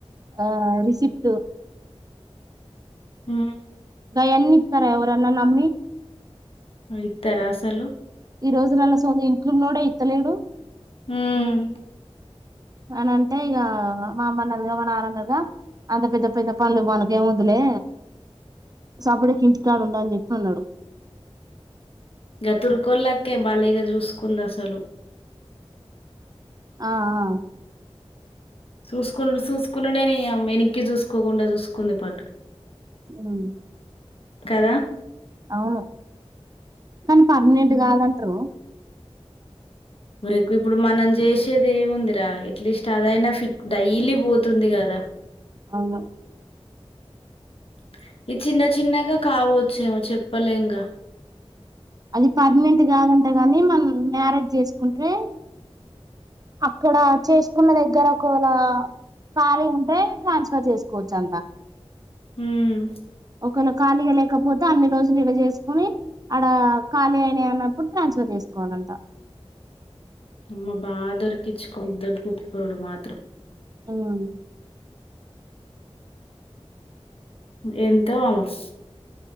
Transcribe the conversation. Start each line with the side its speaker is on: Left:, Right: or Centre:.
Right: ఆహ్ రీసిప్ట్.
Left: ఉమ్.
Right: ఆయాన్ని ఇత్తారా ఎవరన్న నమ్మి.
Left: ఇత్తార అసలు.
Right: ఈ రోజు నల సోంత ఇంట్లోనోడే ఇత్తలేడు.
Left: ఉమ్.
Right: అని అంటే ఇక మా అమ్మన్నదిగా మానాన్నదిగా. అంత పెద్ద పెద్ద పళ్ళు మాకేం వద్దులే. సపుడేకి ఇంటికడు ఉండు అని చెప్పి అన్నాడు.
Left: ఆహ్ తుర్కోలకే బాలేగా చూసుకుంది అసలు.
Right: ఆహ్.
Left: చూసుకునుడు చూసుకున్నాడేనియమ్ వెనక్కి చూసుకోకుండా చూసుకుంది పాటు.
Right: ఉమ్.
Left: కదా.
Right: అవును కానీ పర్మనెంట్
Left: హ్మ్.
Right: కాదంటారు.
Left: మరికు ఇప్పుడు మనం చేసేది ఏముందిరా ఎట్లీస్ట్ అదైనా ఫిగ్ డైలీ పోతుంది కాదా.
Right: అవునన్.
Left: <inaudible> ఇది చిన్న చిన్నగా కావచ్చేమో చెప్పలేంగా.
Right: అది పర్మినెంట్ కాదంట గాని మనం మ్యారేజ్ చేసుకుంటే. అక్కడ చేసుకున్న దగ్గర ఒకవేళ. ఖాళీగ ఉంటే ట్రాన్స్ఫర్ చేసుకోవచ్చు అంట.
Left: ఉమ్.
Right: ఒకవేళ ఖాళీగా లేకపోతే అన్ని రోజులు ఇడ చేసుకోని. ఆడ ఖాళీ అయినా అన్నప్పుడు ట్రాన్స్ఫర్ చేసుకొ. సుకోవాలంట.
Left: అమ్మ బాగా దొరికిచ్చు దొరికించుకోవడం మాత్రం.
Right: ఆవును.
Left: ఎంతో అమాస్.